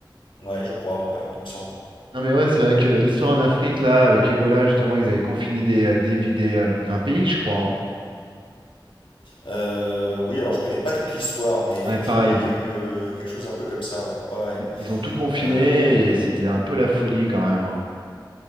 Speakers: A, on the left; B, on the right.
A: Ouais, je crois, ouais, il me semble.
B: Non, mais ouais, c'est vrai que l'histoire
A: Parce que,
B: en Afrique, là, avec Ebola, justement, ils avaient confiné des, euh, des, vi- des, euh, un pays, je crois. hein.
A: euh, oui, alors je connais pas toute l'histoire, mais effectivement,
B: Ouais, pareil.
A: il y a eu euh, quelque chose un peu comme ça, ouais, ouais, ouais.
B: Ils ils ont tout confiné
A: Euh,
B: et c'était un peu la folie quand même. hein.